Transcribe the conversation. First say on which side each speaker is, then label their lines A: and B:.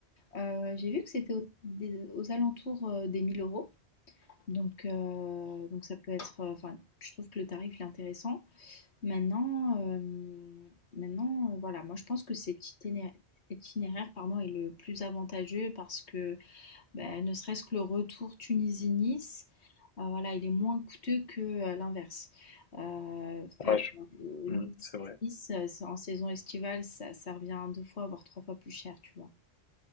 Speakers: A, on the left; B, on the left.
A: Euh, j'ai vu que c'était au- aux alentours euh, des 1000 euros, donc, euh, donc ça peut être, euh, enfin euh, je trouve que le tarif est intéressant. Maintenant, euh, maintenant euh, voilà, moi je pense que cet itinéraire, itinéraire pardon, est le plus avantageux parce que ben, ne serait-ce que le retour Tunisie-Nice, euh, voilà, il est moins coûteux que euh, l'inverse. Euh,
B: Ouais,
A: faire
B: je-
A: euh,
B: Hmm,
A: Nice-Nice
B: c'est vrai.
A: euh, c'est- en saison estivale, ça, ça revient à deux fois, voire trois fois plus cher, tu vois.